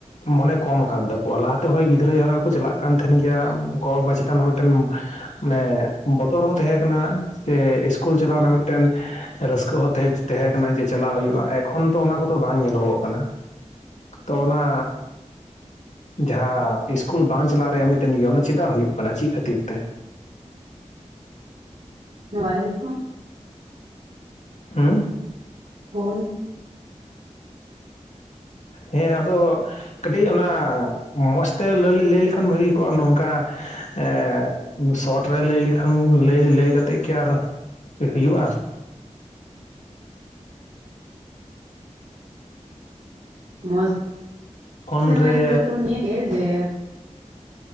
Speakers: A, on the left; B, on the right.
A: ᱢᱚᱱᱮ ᱠᱚᱢ ᱠᱟᱱ ᱛᱟᱠ ᱞᱟᱦᱟᱛᱮ ᱦᱚᱭ ᱜᱤᱫᱽᱨᱟᱹ ᱡᱟᱦᱟ ᱞᱮᱠᱟ ᱠᱚ ᱪᱟᱞᱟᱜ ᱠᱟᱱ ᱛᱟᱦᱮᱱ ᱜᱮᱭᱟ ᱜᱚᱼᱵᱟᱵᱟ ᱪᱮᱛᱟᱱ ᱦᱚᱸ ᱢᱤᱫᱴᱮᱱ ᱢᱟᱱᱮ ᱵᱚᱛᱚᱨ ᱦᱚᱸ ᱛᱟᱦᱮᱸ ᱠᱟᱱᱟ ᱥᱮ ᱤᱥᱠᱩᱞ ᱪᱟᱞᱟᱣ ᱨᱮᱱᱟᱜ ᱢᱤᱫᱴᱮᱱ ᱨᱟᱹᱥᱠᱟᱹ ᱦᱚᱸ ᱛᱟᱦᱮᱪ ᱛᱟᱦᱮᱸ ᱠᱟᱱᱟ ᱡᱮ ᱪᱟᱞᱟᱜ ᱦᱩᱭᱩᱜᱼᱟ ᱮᱠᱷᱚᱱ ᱛᱚ ᱚᱱᱟ ᱠᱚᱫᱚ ᱵᱟᱝ ᱧᱮᱞᱚᱜᱚᱜ ᱠᱟᱱᱟ
B: ᱦ
A: ᱛᱚ ᱚᱱᱟ ᱡᱟᱦᱟᱸᱦᱟ ᱤᱥᱠᱩᱞ ᱵᱟᱝ ᱪᱟᱞᱟᱜ ᱨᱮᱭᱟᱜ ᱢᱤᱫᱴᱮᱱ ᱤᱭᱟᱹ ᱚᱱᱥ ᱪᱮᱫᱟᱜ ᱦᱩᱭᱩᱜ ᱠᱟᱱᱟ ᱪᱮᱫ ᱠᱷᱟᱹᱛᱤᱨ ᱛᱮ?
B: ᱢᱚᱵᱟᱭᱤᱞ ᱠᱷᱚᱱ
A: ᱦᱩ
B: ᱯᱷᱳᱱ
A: ᱦᱮᱸ ᱟᱫᱚ ᱠᱟᱹᱴᱤᱡ ᱚᱱᱟ ᱢᱚᱡᱽ ᱛᱮ ᱞᱟᱹᱭ ᱞᱮᱠᱷᱟᱱ ᱵᱷᱟᱹᱜᱤ ᱠᱚᱜᱼᱟ ᱱᱚᱝᱠᱟ ᱮ ᱥᱚᱴ ᱨᱮ ᱞᱟᱹᱭ ᱞᱮᱠᱷᱟᱱ ᱞᱟᱹᱭ ᱠᱟᱛᱮ ᱜᱤ ᱟᱨ ᱦᱩᱭᱩᱜᱼᱟ
B: ᱢᱚᱡ
A: ᱯᱷᱳᱱ
B: ᱛᱮ ᱢᱮᱱᱛᱮᱛᱚ
A: ᱨᱮ
B: ᱱᱤᱭᱟᱹ ᱜᱮ ᱡᱮ